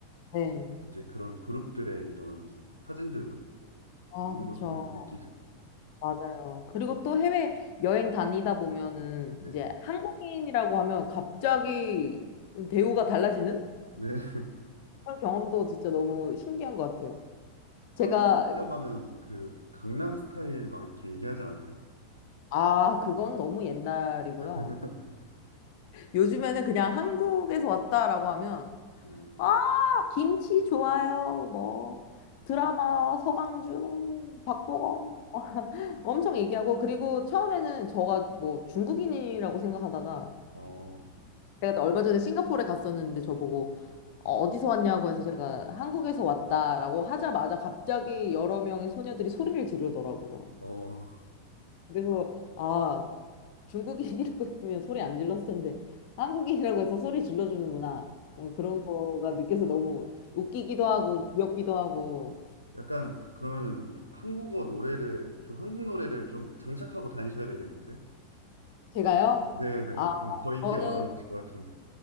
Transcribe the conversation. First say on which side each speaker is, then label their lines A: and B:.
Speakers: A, on the left; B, on the left.
A: 네.
B: 이제 그런 그룹들의 이런 사진들도
A: 아,
B: 있는
A: 그쵸.
B: 걸 보면서 느끼죠.
A: 맞아요. 그리고 또 해외 여행 다니다 보면은
B: 네.
A: 이제 한국인이라고 하면 갑자기 대우가 달라지는
B: 네. <laughs>
A: 그런 경험도 진짜 너무 신기한 것 같아요. 제가,
B: 한국인이라고 하면 그 강남 스타일 막 이렇게 얘기하지 않으세요?
A: 아, 그건 너무 옛날이고요.
B: <laughs>
A: 요즘에는 그냥 한국에서 왔다라고 하면,
B: 어,
A: 아, 김치 좋아요. 뭐, 드라마, 서강준, 박보검 엄청 얘기하고, 그리고 처음에는 저가 뭐 중국인이라고 생각하다가,
B: 어,
A: 제가 또 얼마 전에 싱가포르에 갔었는데 저보고 어, 어디서 왔냐고 해서 제가 한국에서 왔다라고 하자마자 갑자기 여러 명의 소녀들이 소리를 지르더라고요.
B: 어,
A: 그래서 아, 중국인이라고 <laughs> 했으면 소리 안 질렀을 텐데 한국인이라고 해서 소리 질러주는구나. 뭔가 그런 거가 느껴서 너무 웃기기도 하고 귀엽기도 하고
B: 약간 그러면은 한국어 노래를 좀 한국 노래를 좀 장착하고 다니셔야 되겠는데?
A: 제가요?
B: 네네.
A: 아,
B: 그럼 더 인기가
A: 저는
B: 많아지실 것 같은데.